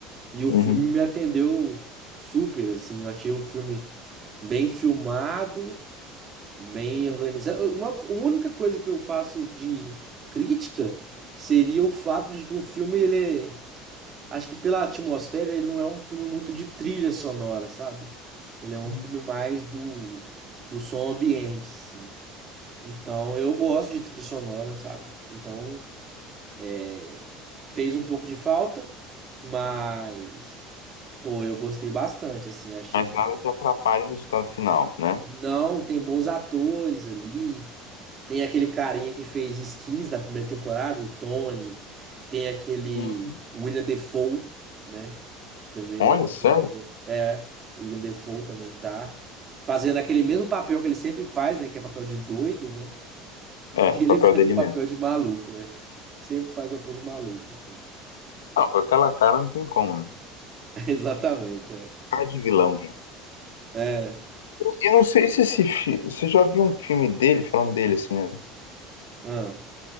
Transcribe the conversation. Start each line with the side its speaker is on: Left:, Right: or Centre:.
Right: E o
Left: Uhum.
Right: filme me atendeu super, assim. Eu achei o filme bem filmado, bem organizado. Uma, a única coisa que eu faço de crítica seria o fato de que o filme ele é Acho que pela atmosfera ele não é um filme muito de trilha sonora, sabe? Ele é um
Left: Uhum.
Right: filme mais do, do som ambiente, assim. Então eu gosto de trilha sonora, sabe? Então é, fez um pouco de falta, mas pô, eu gostei bastante, assim, achei
Left: mas nada que atrapalhe o resultado final, né?
Right: Não, tem bons atores ali. Tem aquele carinha que fez Skins da primeira temporada, o Tony. Tem aquele
Left: Uhum.
Right: William Defoe, né? Que também
Left: Olha,
Right: é um ótimo
Left: sério?
Right: ator. É, o William Defoe também tá. Fazendo aquele mesmo papel que ele sempre faz, né? Que é papel de doido, né? <laughs>
Left: É,
Right: E ele
Left: papel
Right: faz
Left: dele
Right: um papel
Left: mesmo.
Right: de maluco, é. Sempre faz papel de maluco, assim.
Left: Não, com aquela cara não tem como, né?
Right: <laughs> Exatamente, é.
Left: Cara de vilão já.
Right: É.
Left: Eu não sei se esse fi... você já viu um filme dele, falando dele assim, né?
Right: Ah.